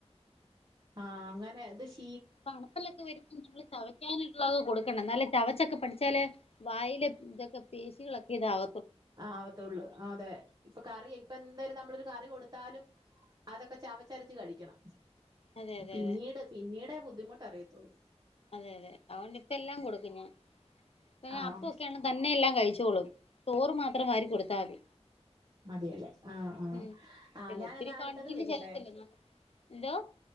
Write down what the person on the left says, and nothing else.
ഇപ്പൊ അണപ്പല്ലൊക്കെ വരുമ്പോ നമ്മള് ചവക്കാനുള്ളത് കൊടുക്കണം എന്നാലേ ചവച്ചൊക്കെ പഠി ച്ചാല് വായില് ഇതൊക്കെ പേശികളൊക്കെ ഇതാവ
അതെ അതെ
അതെ അതെ അതുകൊണ്ട് ഇപ്പൊ എല്ലാം കൊടുക്കും ഞാൻ പിന്നെ
അപ്പം ഒക്കെ ആണേലും തന്നെ എല്ലാം കഴിച്ചോളും ചോറ് മാത്രം വാരികൊടുത്താ മതി
മ്ഹ്
ഒത്തിരി
ക്വാണ്ടിറ്റിയിൽ
ചെല്ലത്തില്ല എന്നാലും എന്തോ